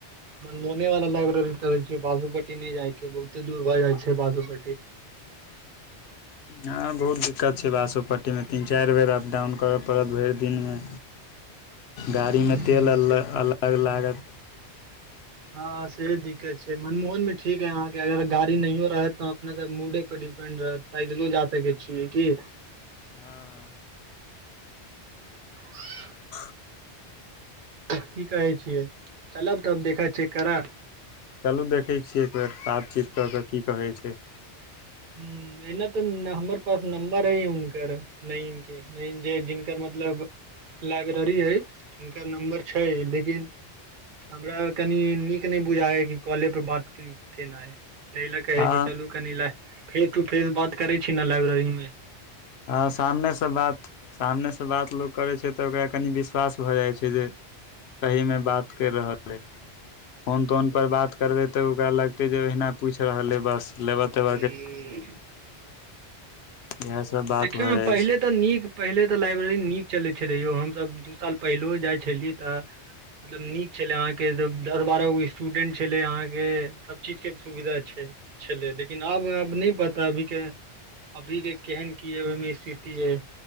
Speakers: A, on the right; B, on the left.
A: मनमोहने वाला लाइब्रेरी चलै छै बासोपट्टी नै जाय के बहुते दूर भऽ जाइ छै बासोपट्टी
B: हँ बहुत दिक्कत छै बासोपट्टीमे तीन चैर बेर अपडाउन करऽ पड़त भैर दिनमे गाड़ीमे
A: हूं
B: तेल अल अलग लागत
A: हँ सेहो दिक्कत छै मनमोहन मे ठीक अयअहाँके अगर गाड़ी नहियो रहत तऽ अपना सब मूडे पर डिपेंड रहत पैदलो जा सकै छियै कि
B: हँ
A: <inaudible>
B: <inaudible>
A: की कहै छियै चलब तब देखऽ चेक करऽ
B: चलू देखै छियै एक बेेर बातचीत कऽ कऽ की कहैत छै
A: हुॅं एना तऽ हमर पास नंबर अय हुनकर नइम के जे जिनकर मतलब लाइब्रेरी अय हुनकर नम्बर छै लेकिन हमरा कनि नीक नहि बुझाइ अयकि कॉले पर बात केनाई ताहि लऽ के अय
B: हँ
A: चलू कनि ला फेस टू फेस बात करै छी ने लाइब्रेरीमे
B: हँ सामनेसँ बात सामनेसँ बात लोक करै छै तऽ ओकरा कनि विश्वास भऽ जाइ छै जे सही मे बात कैर रहल अय फोन तोन पर बात करबे ते ओकरा लगते जे ओहिना पूछ रहल अय बस लेबा तेब
A: <unintelligible> तऽ
B: इएह सब बात
A: देखियौ
B: भऽ
A: ने
B: जाइ
A: पहिले
B: छै
A: तऽ नीक पहिले तऽ लाइब्रेरी नीक चलै छलै यौ हमतऽ दू साल पहिलैओ जाइ छलियै तऽ मतलब नीक छले अहाँ के दस बारह गो स्टूडेंट छले अहाँ के सब चीज के सुविधा छै छले लेकिन आब अब नहि पता अभी के अभी के केहन की ओयमेे स्थिति अय